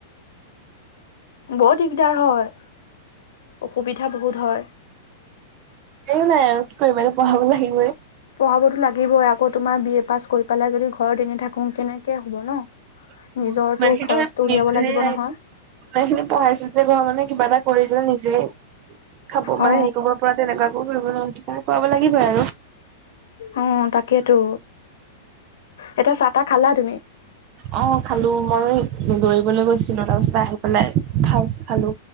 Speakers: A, on the left; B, on the right.
A: বহুত দিগদাৰ হয় অসুবিধা বহুত হয়
B: এও নাই আৰু কি কৰিবা এ পঢ়াব লাগিবই
A: পঢ়াবতো লাগিবই আকৌ তোমাৰ বি এ পাছ কৰি পেলাই যদি ঘৰত এনি থাকো কেনেকে হ'ব ন
B: <unintelligible>
A: নিজৰতো
B: ইমান খিনি
A: খৰচটো উলিয়াব লাগিব নহয়
B: পঢ়াইছো যে ঘৰ মানে কিবা এটা কৰি যে নিজে খাব
A: অ
B: মানে সেৰি কৰিব পৰা তেনেকুৱাকো কৰিব ন খোৱাব লাগিব আৰু
A: অ তাকেইতো এতিয়া চাহ তাহ খালা তুমি
B: অ খালো মই এই দৌৰিবলৈ গৈছিলো তাপা চিধা আহি পেলাই খাই খালো